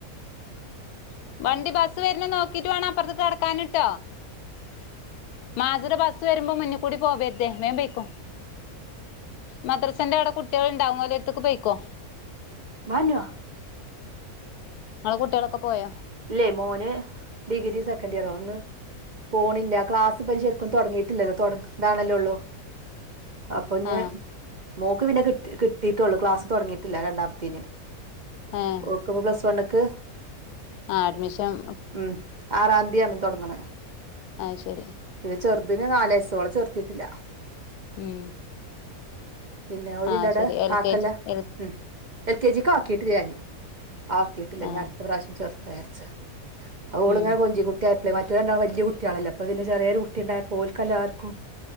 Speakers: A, on the left (about 85°); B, on the right (about 40°).
A: <unintelligible> മാസിടെബസ് വരുമ്പോ മുന്കൂടി പോവരുത് വേഗം പെയ്ക്കോ <unintelligible>
B: <unintelligible>
A: ഇങ്ങളെ കുട്ടികളൊക്കെ പോയോ
B: ഇല്ലേ മോന് ഡിഗ്രി സെക്കന്റിയറ ഒന്ന് പോണില്ല ക്ലാസിപ്പ ശര്ക്കും തൊട്ങ്ങീട്ടില്ലല്ലോ തൊട് താണല്ലൊള്ളൂ. അപ്പഞ്
A: ആ
B: മോക്ക് പിന്നെ കിട്ടി കിട്ടിട്ടൊള്ളു ക്ലാസ്സ് തൊട്ങ്ങീട്ടില്ല രണ്ടാമത്തീന്.
A: ഏഹ്.
B: ക്കിപ്പോ പ്ലസ് വണ്ണ് ക്ക്.
A: ആഹ് അഡ്മിഷം.
B: ഉം ആറാന്ത്യാണ് തൊട്ട്ങ്ണ.
A: ആഹ് ശരി.
B: പിന്നെ ചെർതിന് നാലയ്സ്സ് ഓളെ ചേർത്തിട്ടില്ല.
A: ഉം.
B: പിന്നെ ഓലില്ലടെ
A: ആ ശരി എൽ
B: കാക്കല്ല?
A: കെ ജി എൽ
B: ഉം എൽ കെ ജി ക്കാക്കിട്ടില്ല ഞാന്. ആക്കീട്ട്ല്ല
A: ആ
B: ഞട്ത്ത പ്രാശ്യം ചേർത്താചാര്ച്ച അ ഓളിങ്ങനെ
A: ഉം
B: കൊഞ്ചി ട്ട്യായപ്പളെ മറ്റോല് രണ്ടാളും വല്ല്യ കുട്ട്യാളല്ലേ അപ്പ പിന്നെ ചെറ്യേരു കുട്ടിണ്ടായപ്പോ ഓൽക്കെല്ലാര്ക്കും.